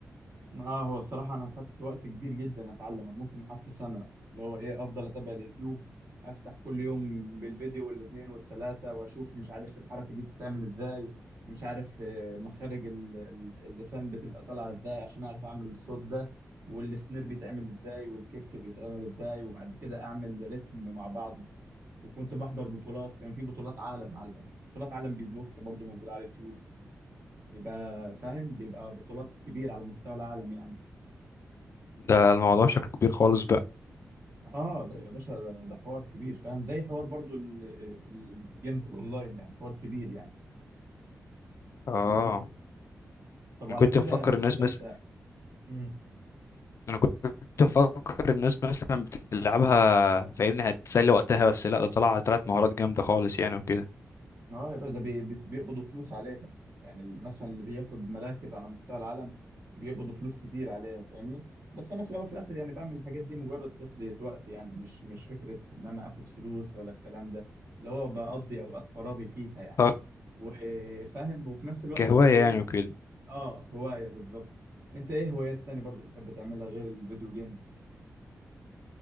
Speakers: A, on the right; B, on the left.
A: اه هو الصراحة انا خدت وقت كبير جدا اتعلم انا ممكن قعدت سنة اللي هو ايه افضل اتابع اليوتيوب افتح كل يوم بالفيديو والاتنين والتلاتة واشوف مش عارف الحركة دي بتتعمل ازاي ومش عارف آه، مخارج ال- ال- اللسان بتبقى طالعة ازاي عشان اعرف اعمل الصوت ده والسنير بيتعمل ازاي والكيك بيتعمل ازاي وبعد كده اعمل رتم مع بعض وكنت بحضر بطولات كان في بطولات عالم على بطولات عالم بيت بوكس برضه موجودة على اليوتيوب بيبقى فاهم بيبقى بطولات كبيرة على مستوى العالم يعني
B: ده الموضوع شكله كبير خالص بقى
A: اه ده يا باشا ده, ده حوار كبير فاهم زي حوار برضو ال- ال- الجيمز الاونلاين يعني حوار كبير يعني
B: آه
A: طب
B: أنا
A: على
B: كنت
A: كده
B: مفكر
A: اسمه
B: الناس
A: ايه ده
B: مثلا
A: انت امم
B: أنا كنت مفكر الناس مثلا بتلعبها فاهمني هتسلي وقتها بس لا ده طلع طلعت مهارات جامدة خالص يعني وكده
A: اه يا باشا ده بي- بي- بيقبضوا فلوس عليها يعني ال- مثلا اللي بياخد مراكز على مستوى العالم بيقبضوا فلوس كتير عليها فاهمني بس انا في الاول وفي الاخر يعني بعمل الحاجات دي مجرد تسلية وقت يعني مش مش فكرة ان انا اخد فلوس ولا الكلام ده اللي هو بقضي اوقات فراغي فيها يعني
B: آه
A: وفاهم وفي نفس الوقت
B: كهواية
A: برضو ايه
B: يعني وكده
A: اه هواية بالظبط انت ايه هوايات تاني برضو بتحب تعملها غير الفيديو جيمز